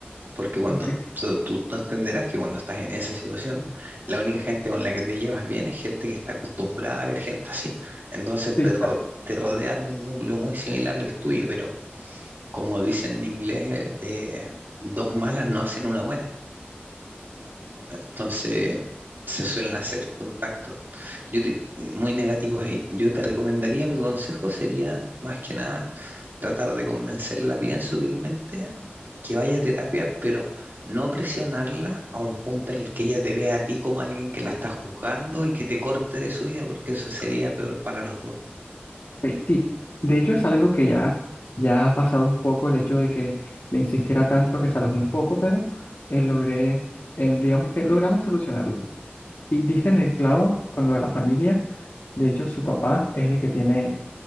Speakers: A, on the right; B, on the left.
A: Porque cuando
B: ok,
A: tú, tú- entenderás que cuando estás en esa situación, la única gente con la que te llevas bien es gente que está acostumbrada a ver gente así. Entonces
B: sí,
A: te, ro-
B: claro.
A: te rodeas de un núcleo muy similar al tuyo, pero como dicen en inglés, eh, dos malas no hacen una buena. Entonces se suelen hacer contactos yo te- muy negativos ahí. Yo te recomendaría, mi consejo sería más que nada tratar de convencerla bien sutilmente que vaya a terapia, pero no presionarla a un punto en el que ella te vea a ti como alguien que la está juzgando y que te corte de su vida, porque eso sería peor para los dos.
B: Sí, sí. de hecho es algo que ya, ya ha pasado un poco el hecho de que le insistiera tanto que se alojó un poco, pero eh, logré, eh, digamos que logramos solucionarlo. Y diste en el clavo con lo de la familia, de hecho su papá es el que tiene